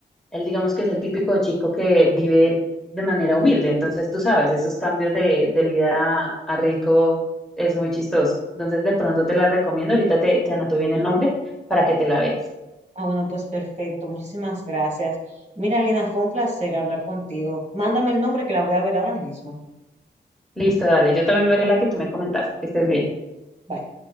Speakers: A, in the centre; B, on the right.
A: él digamos que es el típico chico que vive de manera humilde, entonces tú sabes, esos cambios de, de vida a, a rico es muy chistoso. Entonces de pronto te la recomiendo, ahorita te, te anoto bien el nombre para que te la veas.
B: Ah, bueno, pues perfecto, muchísimas gracias. Mira, Lina, fue un placer hablar contigo. Mándame el nombre que la voy a ver ahora mismo.
A: Listo, dale, yo también veré la que tú me comentaste, que estés bien.
B: Bye.